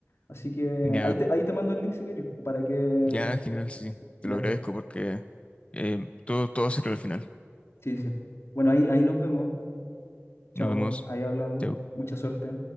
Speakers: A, on the left; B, on the left.
A: Así que
B: Ya,
A: ahí te, ahí te mando el link si querés, para que...
B: ya, genial, sí. sí. Te
A: Ya,
B: lo agradezco porque eh, todo, todo se crea al final.
A: sí, sí. Bueno, ahí, ahí nos vemos. Chao,
B: Nos vemos.
A: ahí hablamos.
B: Chao.
A: Mucha suerte.